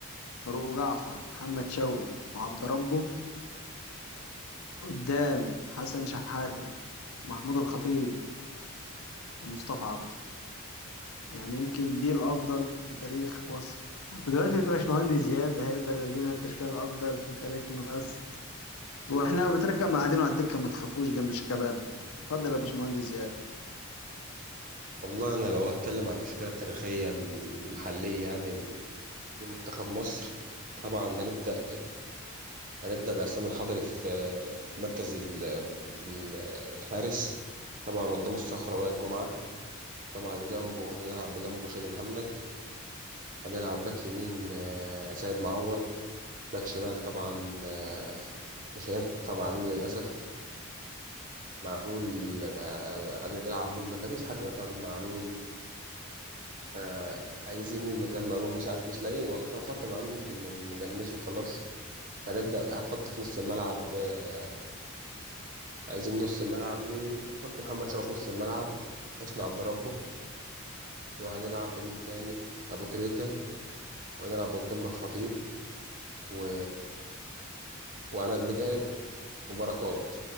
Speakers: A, on the left; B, on the right.
A: فاروق جعفر محمد شوقي وعبد ربه قدام حسن شحاتة محمود الخطيب ومصطفى عبده يعني يمكن دي الأفضل في تاريخ مصر ودلوقتي باشمهندس زياد هيقدر يقول لنا التشكيلة الأفضل في تاريخ مصر واحنا بتركب قاعدين على الدكه ما تخافوش جنب شيكابالا اتفضل يا باشمهندس زياد
B: والله انا لو هتكلم على التشكيلة التاريخية المحلية يعني ال- لمنتخب مصر طبعا هنبدأ هنبدأ بعصام الحضري في في مركز ال- ال- الحارس طبعا قدام الصخرة وائل جمعة طبعا جنبه هنلعب بجنبه شادي محمد هنلعب باك يمين آه، سيد معوض باك شمال طبعا آه، مش هينفع معلول للأسف معلول آه، هنلعب مين ما كان فيش حد مكان معلول فعايزين مين مكان معلول مش عارف مش لاقيين والله فهنحط معلول ممكن نجنسه خلاص هنبدأ هنحط في نص الملعب آه، عايزين نص الملعب مين هنحط محمد شوقي في نص الملعب حسني عبد ربه وهنلعب بمين تاني ابو تريكة وهنلعب قدام بالخطيب و... وعماد متعب وبركات